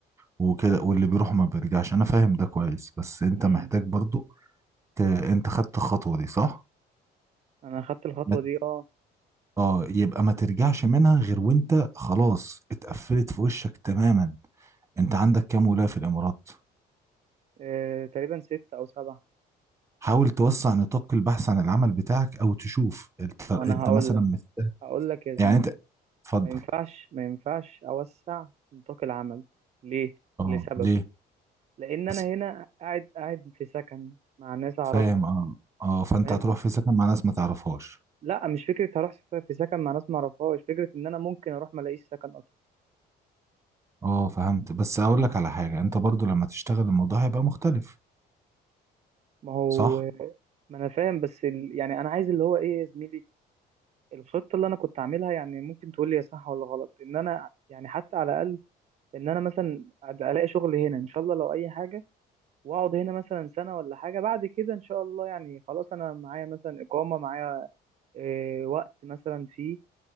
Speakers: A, on the right; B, on the right.
A: وكده واللي بيروح ما بيرجعش انا فاهم ده كويس بس انت
B: مم.
A: محتاج برضو ت... انت خدت الخطوة دي صح
B: انا خدت الخطوه
A: ما ت-
B: دي اه
A: اه يبقى ما ترجعش منها غير وانت خلاص اتقفلت في وشك تماما انت عندك كام ولاية في الامارات
B: آه، تقريبا ست او سبعة
A: حاول توسع نطاق البحث عن العمل بتاعك او تشوف انت,
B: ما
A: انت
B: انا هقول
A: مثلا
B: لك
A: مستاهل
B: هقول لك يا زميلي
A: يعني انت اتفضل
B: ما ينفعش ما ينفعش أوسع نطاق العمل ليه؟
A: اه
B: لسبب
A: ليه
B: لأن أنا
A: بس
B: هنا قاعد قاعد في سكن مع ناس أعرفهم
A: فاهم اه اه فانت
B: فاهم؟
A: هتروح في سكن مع ناس ما تعرفهاش
B: لا مش فكرة هروح في سكن مع ناس ما أعرفهاش فكرة إن أنا ممكن أروح ما ألاقيش سكن أصلا
A: اه فهمت بس اقول لك على حاجة انت برضو لما تشتغل الموضوع هيبقى مختلف
B: ما هو
A: صح
B: ما أنا فاهم بس ال... يعني أنا عايز اللي هو إيه يا زميلي الخطة اللي أنا كنت عاملها يعني ممكن تقول لي يا صح ولا غلط إن أنا يعني حتى على الأقل إن أنا مثلا ألاقي شغل هنا إن شاء الله لو أي حاجة واقعد هنا مثلا سنة ولا حاجة بعد كده ان شاء الله يعني خلاص انا معايا مثلا اقامة معايا إيه وقت مثلا فيه